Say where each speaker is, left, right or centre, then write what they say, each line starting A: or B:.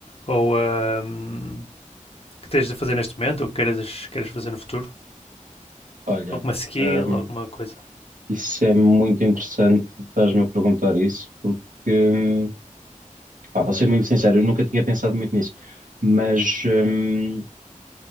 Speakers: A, on the left; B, on the right.
A: ou ahm, que tens de fazer neste momento ou que queiras, queiras fazer no futuro?
B: Olha,
A: Alguma skill,
B: ahm,
A: alguma coisa?
B: isso é muito interessante, estás-me a perguntar isso, porque, hum, pá, vou ser muito sincero, eu nunca tinha pensado muito nisso, mas hum,